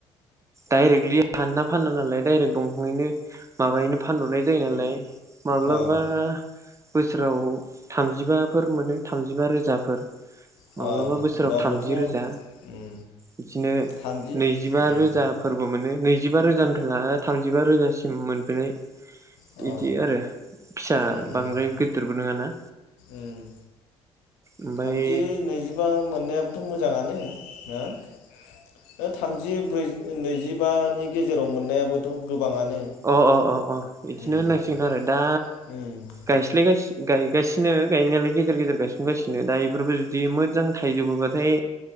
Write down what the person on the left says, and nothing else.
अ
अ
होमबाबोथ'
उम
थामजि
उम
अ
उम उम
उम
थामजि नैजिबा मोननाया मोजाङानो हो ओ थामजि जि ब्रै नैजिबानि गेजेराव मोननायाबोथ' गोबाङानो
उम
उम